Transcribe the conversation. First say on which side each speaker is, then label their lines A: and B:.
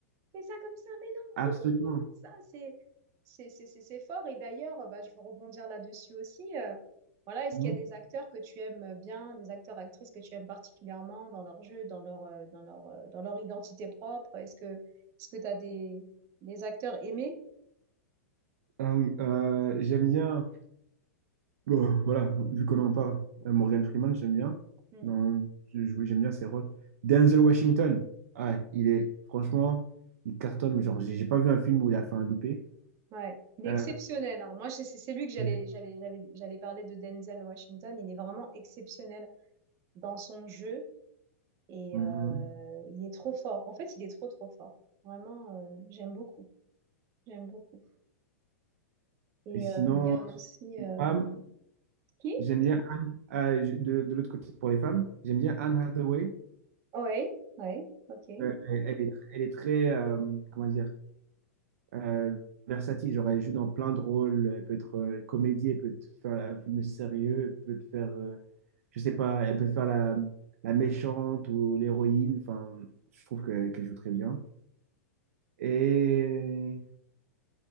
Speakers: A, on the right; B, on the right.
A: fais ça comme ça, mais non,
B: Absolument.
A: retourne-toi, ça, c'est, c'est, c'est, c'est c'est fort. Et d'ailleurs, euh, bah, je veux rebondir là-dessus aussi. euh, voilà, est-ce
B: Mmh.
A: qu'il y a des acteurs que tu aimes bien, des acteurs, actrices que tu aimes particulièrement dans leur jeu, dans leur, euh, dans leur, euh, dans leur identité propre? Est-ce que, est-ce que tu as des, des acteurs aimés?
B: Ah oui, euh, j'aime bien, bon, voilà, vu qu'on en parle, euh, Morgan Freeman, j'aime bien.
A: Hmm.
B: Non, je- oui, j'aime bien ses rôles. Denzel Washington, ah, il est, franchement, il cartonne, mais genre, j'ai j'ai pas vu un film où il a fait un loupé.
A: Ouais, il est
B: Euh,
A: exceptionnel. hein. Moi, c'est c'est- c'est lui que j'allais
B: ouais.
A: j'allais j'allais j'allais parler de Denzel Washington. Il est vraiment exceptionnel dans son jeu et
B: Mhm.
A: euh, il est trop fort. En fait, il est trop trop fort. Vraiment, euh, j'aime beaucoup. J'aime beaucoup. Et
B: Et sinon,
A: euh, il y a aussi
B: les
A: euh,
B: femmes,
A: qui?
B: j'aime bien Anne, euh, je- de, de l'autre côté, pour les femmes, j'aime bien Anne Hathaway.
A: Oui, oui, ok.
B: Euh, elle est, elle est très, euh, comment dire, euh, versatile. Genre, elle joue dans plein de rôles. Elle peut être euh, comédie, elle peut te faire un film sérieux, elle peut te faire, euh, je sais pas, elle peut faire la, la méchante ou l'héroïne. Enfin, je trouve que- qu'elle joue très bien. Et